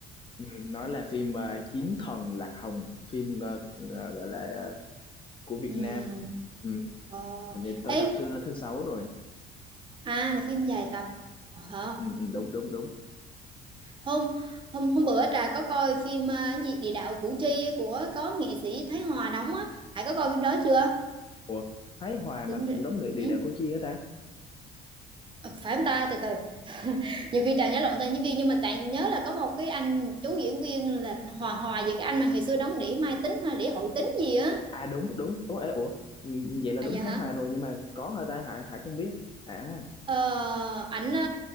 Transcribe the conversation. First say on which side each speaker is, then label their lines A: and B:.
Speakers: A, on the left (about 30°); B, on the right (about 30°).
A: ừ. nó là phim ờ, Chiến thần Lạc Hồng phim ờ, ờ, gọi là ờ, của Việt
B: Ừm,
A: Nam ừ.
B: ờ.
A: hình như tới
B: Ê,
A: tập thứ thứ sáu rồi
B: à là phim dài tập hả
A: ừ, ừ, đúng đúng đúng
B: hôm hôm hôm bữa trà có coi phim ờ, cái gì địa đạo Củ Chi của có nghệ sĩ Thái Hòa đóng á Hải có coi phim đó chưa
A: ủa Thái Hòa mà
B: Tính-
A: cũng đóng người địa
B: ừ?
A: đạo Củ Chi hả ta
B: Ờ, phải không ta từ từ nhiều khi trời nhớ lộn tên diễn viên nhưng mà tại nhớ là có một cái anh một chú diễn viên là hòa hòa về cái anh mà ngày xưa đóng đĩa Mai Tính hay đĩa Hội Tính gì á
A: à đúng đúng ủa ê, ủa ừ, vậy là
B: à
A: đúng
B: dạ
A: Thái
B: hả
A: Hòa rồi nhưng mà có hả ta Hải Hải không biết à
B: Ờ, ảnh ờ,